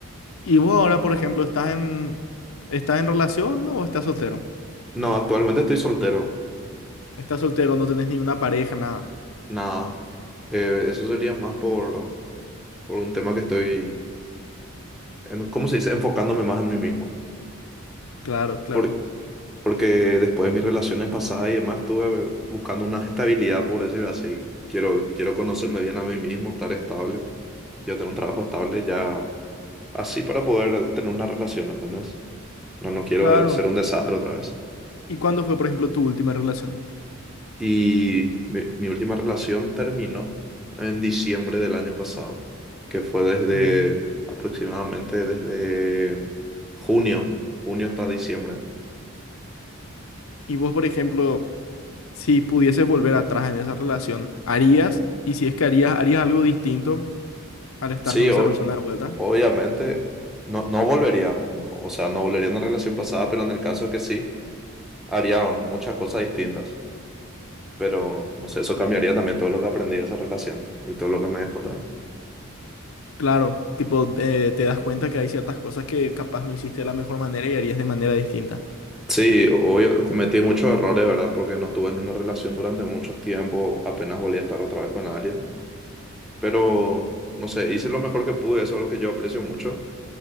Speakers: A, on the left (about 75°); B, in the centre.
A: Y vos ahora, por ejemplo, ¿estás en, estás en relación no, o estás soltero?
B: no, actualmente estoy soltero.
A: Estás soltero, no tenés ni una pareja, nada.
B: Nada. Eh, eso sería más por, por un tema que estoy, en, ¿cómo se dice? Enfocándome más en mí mismo.
A: Claro, claro,
B: Por- Porque después de mis relaciones pasadas y demás, estuve buscando una estabilidad, por decir así. Quiero, quiero conocerme bien a mí mismo, estar estable. Quiero tener un trabajo estable ya así para poder tener una relación, ¿entendés? No, no quiero
A: claro.
B: ser un desastre otra vez.
A: ¿Y cuándo fue, por ejemplo, tu última relación?
B: Y mi, mi última relación terminó en diciembre del año pasado, que fue desde
A: Mm.
B: aproximadamente desde junio, junio hasta diciembre.
A: Y vos, por ejemplo, si pudieses volver atrás en esa relación, ¿harías? Y si es que harías, ¿harías algo distinto al estar
B: Sí,
A: con esa
B: o-
A: persona de vuelta?
B: obviamente no, no volvería, no, o sea, no volvería a una relación pasada, pero en el caso que sí, haría muchas cosas distintas. Pero, no sé, eso cambiaría también todo lo que aprendí de esa relación y todo lo que me dejó también.
A: Claro, tipo, eh, te das cuenta que hay ciertas cosas que capaz no hiciste de la mejor manera y harías de manera distinta.
B: Sí, obvio, cometí muchos errores, ¿verdad? Porque no estuve en una relación durante mucho tiempo, apenas volví a estar otra vez con alguien. Pero, no sé, hice lo mejor que pude, eso es lo que yo aprecio mucho.